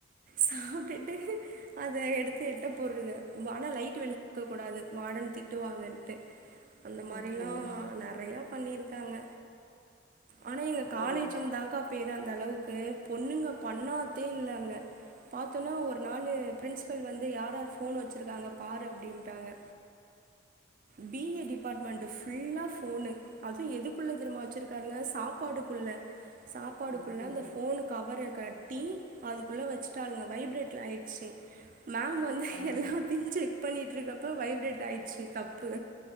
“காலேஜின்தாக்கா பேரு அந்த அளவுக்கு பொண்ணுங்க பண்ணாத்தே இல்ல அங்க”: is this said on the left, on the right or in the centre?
Right